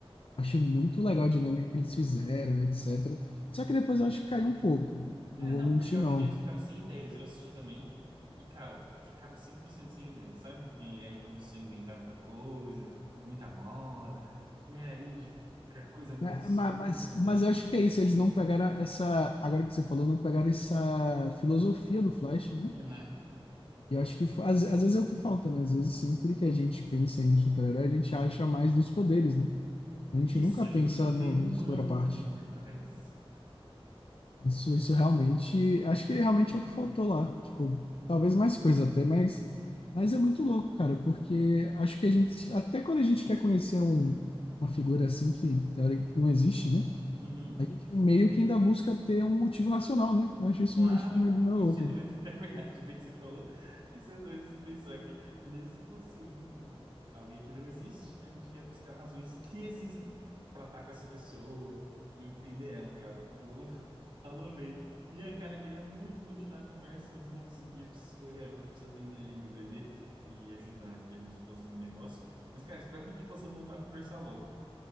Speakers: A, on the left (about 70°); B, on the right (about 50°).
A: Achei muito legal a dinâmica que eles fizeram, etc. Só que depois eu acho que caiu um pouco, não
B: É,
A: vou
B: não,
A: mentir,
B: porque eu acho
A: não.
B: que eles ficaram sem ideias. Eu assisti também e, cara, ficaram 100% sem ideias, sabe? E aí começou a inventar muita coisa, muita moda. E aí, que coisa muito
A: Mas,
B: absurda.
A: mas, mas eu acho que é isso, eles não pegaram essa, agora que você falou, não pegaram essa filosofia do Flash, né?
B: Não é?
A: E acho que fo- às, às vezes é o que falta, né? Às vezes sempre que a gente pensa em super-herói, a gente acha mais dos poderes, né? A gente
B: Isso,
A: nunca
B: a
A: pensa
B: gente não
A: no,
B: vê um
A: no
B: humano
A: dos contraparte.
B: ali por trás.
A: Isso, isso realmente, acho que realmente é o que faltou lá. Tipo, talvez mais coisa até, mas, mas é muito louco, cara, porque acho que a gente, até quando a gente quer conhecer um- uma figura assim que, teori- que não existe, né?
B: Uhum,
A: A gente meio que ainda busca ter um motivo racional, né? Eu acho isso
B: claro,
A: meio, meio meio
B: bem
A: louco.
B: ser doido, <laughs> é verdade, bem que você falou, bem ser doido se pensar que, mesmo sendo alguém que não existe, a gente quer buscar razões que existem para estar com essa pessoa e entender ela, cara. Falou, <laughs> falou bem. Ian, cara, eu queria muito continuar a conversa, mas não vou conseguir, eu preciso correr agora, eu preciso atender ali meu bebê e ajudar aqui a minha esposa no negócio. Mas, cara, espero que a gente possa voltar a conversar logo.